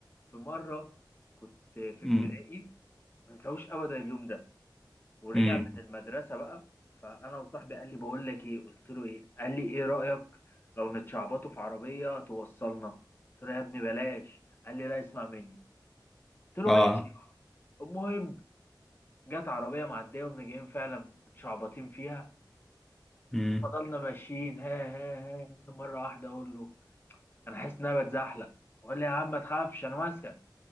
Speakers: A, on the left; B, in the centre.
A: في مره كنت في ابتدائي
B: امم
A: ما انساهوش ابدا اليوم ده ورجع
B: امم
A: من المدرسه بقى فانا وصاحبي قال لي بقول لك ايه قلت له ايه قال لي ايه رايك لو نتشعبطوا في عربيه توصلنا قلت له يا ابني بلاش قال لي لا اسمع مني قلت
B: اه
A: له ماشي المهم جت عربيه معديه ومن جايين فعلا متشعبطين فيها
B: امم
A: وفضلنا ماشيين ها ها ها ها. مره واحده اقول له انا حاسس ان انا بتزحلق وقال لي يا عم ما تخافش انا ماسكك